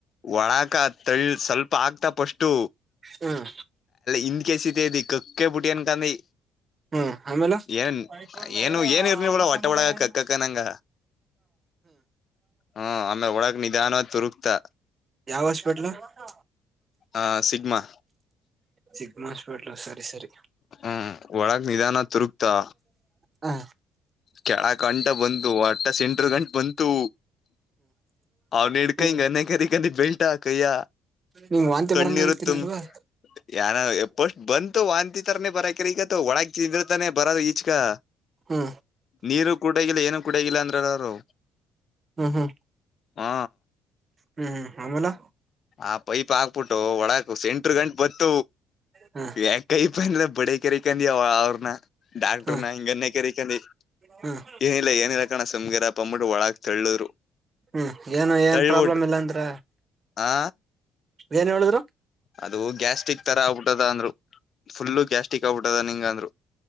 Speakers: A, on the left; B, on the right.
A: ಒಳಾಕ ತಳ್ಳಿ ಸ್ವಲ್ಪ ಆಗ್ತಾ ಫಸ್ಟು
B: ಹ್ಮ್
A: ಇನ್ ಕೇಸ್ ಕೇಸ್ ಇತೆ ಕಕ್ಕೆಬುಟ್ಟಿ ಅನ್ಕಂದಿ
B: ಹ್ಮ್ ಆಮೇಲೆ
A: ಏನ್
B: ಹ್ಮ
A: ಏನು ಏನ್ ಇರ್ನಿವಲ್ಲ ಹೊಟ್ಟೆ ಒಳಗ ಕಕ್ಕಕನಂಗ ಹ್ಮ್ ಆಮೇಲೆ ಒಳಗ್ ನಿಧಾನ ತುರುಕ್ತಾ
B: ಯಾವ ಹಾಸ್ಪಿಟಲ್ ಹ
A: ಹಾ ಸಿಗ್ಮಾ
B: ಸಿಗ್ಮ ಹಾಸ್ಪಿಟಲ್ ಸರಿ ಸರಿ
A: ಹ್ಮ ಒಳಗ್ ನಿಧಾನ ತುರುಗ್ತಾ
B: ಹಾ
A: ಕೆಳ ಕಂಟ ಬಂದು ಅಟ್ಟ ಸಿಂಟ ಅರ ಗಂೆ ಬಂತು ಅವನಡ್ಕ
B: ಹ್ಮ್
A: ಹಿಂಗನೆಗರಿ <unintelligible> ಕೈಯ
B: ನಿಮ್ ವಾಂತಿ
A: ಕಣ್ಣಿರುತ್ತ
B: ಬರಂಗ ಆಗತಿನಲ್ವಾ
A: ಯಏನ ಎಪ್ಪ ಬಂತು ವಾಂತಿ ತರನೇ ಬರಾಕ ಈಗ ಒಳಗ ತಿಂದ್ರತಾನೆ ಬರದು ಚಕಾ
B: ಹಾ
A: ನೀರು ಕುಡಗಿಲ್ಲ ಏನು ಕುಡಗಿಲ್ಲ ಅಂದ್ರರು
B: ಹ್ಮ್ ಹ್ಮ್
A: ಹಾ
B: ಹ್ಮ್ ಹ್ಮ್ ಆಮೇಲೆ
A: ಆ ಪೈಪ್ ಹಾಕ್ಬಿಟ್ಟು ಒಳಾಕ್ ಸೆಂಟ್ರ ಗಂಟಟ್ ಬತ
B: ಹ್ಮ
A: ಯ ಕೈಪ್ ಅಂದ್ರ ಬಡ ಕ್ರಕಾಂದಿಯ ಅವ್ರನ ಡಾಕ್ಟ್ರ
B: ಹ್ಮ್
A: ನ ಹಂಗನ್ನೆ ಕರಿಕಂದಿ
B: ಹ್ಮ್
A: ಏನಿಲ್ಲ ಏನಿರ ಕಣ ಸಮ್ಗರಪ್ಪ ಅಂದಬಿಟ್ಟು ಒಳಗ್ ತಳ್ಳೋರು
B: ಹ್ಮ್ ಏನು ಏನ್
A: ತಳ್ಬಿಟ್ಟ
B: ಪ್ರಾಬ್ಲಮ್ ಇಲ್ಲ ಅಂದ್ರ
A: ಆ
B: ಏನ್ ಹೇಳಿದ್ರು
A: ಅದು ಗ್ಯಾಸ್ಟ್ರಿಕ್ ತರ ಆಗ್ಬಿಟ್ಟದ ಅಂದ್ರು ಫುಲ್ ಗ್ಯಾಸ್ಟಿಕ್ ಆಗ್ಬಿಟ್ಟದ ನಿಂಗಂದರು